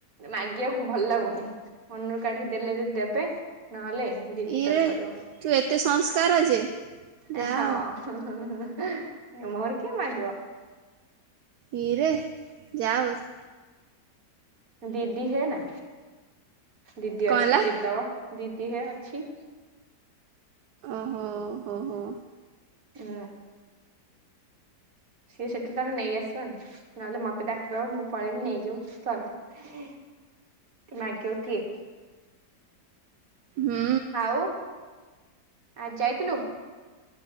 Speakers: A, on the right; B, on the right.
A: ମାଗିବାକୁ ଭଲ ଲାଗୁନି ମନରୁ କାଢିକି ଦେଲେ ଯଦି ଦେବେ ନହେଲେ ଦିଦି
B: ଇରେ
A: ତାର କରିବ।
B: ତୁ ଏତେ ସଂସ୍କାର ଯେ ଯା
A: ଏ ହଁ।
B: ହଉ
A: ହେ ହେ ହେ ମୋର କିଏ ମାଗିବ।
B: ଇରେ ଯାଆ ହୋଉଚି
A: ଦିଦି ହେ ନା ଦିଦି
B: କଣ
A: ଅଛି
B: ହେଲା
A: ଦିଦି ଦବ ଦିଦି ହେ ଅଛି।
B: ଅହ ଓହୋ
A: ଏ ସିଏ ସେଠୁ ତାର ନେଇ ଆସିବନି ନନେଲେ ମତେ ଡାକିଦବ ମୁଁ ପଲେଇବିନି ଯୋଉ ସ୍ତଲ ଏ ମାଗିଅ କିଏ?
B: ହୁଁ
A: ଆଉ ଆଜି ଯାଇଥିଲୁ?